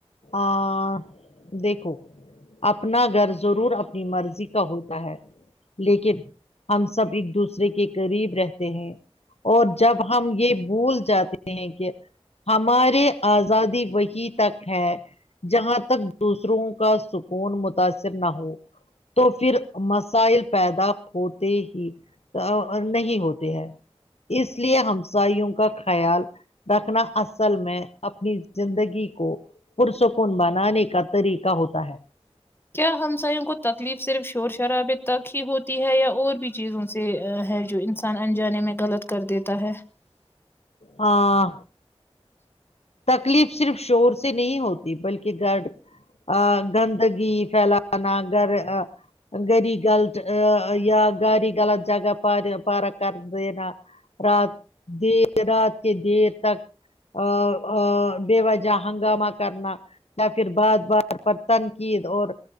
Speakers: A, on the left (about 75°); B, on the left (about 20°).
A: آ دیکھو اپنا گھر ضرور اپنی مرضی کا ہوتا ہے لیکن ہم سب ایک دوسرے کے قریب رہتے ہیں اور جب ہم یہ بھول جاتے ہیں کہ ہمارے آزادی وہی تک ہے جہاں تک دوسروں کا سکون متاثر نہ ہو تو پھر مسائل پیدا ہوتے ہی نہیں ہوتے ہیں اس لیے ہمسایوں کا خیال رکھنا اصل میں اپنی زندگی کو پرسکون بناے کا طریق ہوتا ہے
B: کیا ہمساوں کو تکلیف صرف شور شرابے تک ہی ہوتی ہے یا اور بھی چیزوں سے ہے جو انسان انجانے میں غلط کر دیتا ہے
A: ہاں تکلیف صرف شوہر سے نہیں ہوتی بلکہ گرد ا گندگی پھیلانا گھر گاری غلط یا گاری غلط جگہ پر پارک کر دینا رات دیر رات کے دیر تک ا ا بے وجہ ہنگامہ کرنا یا پھر بار بار پر تنقید اور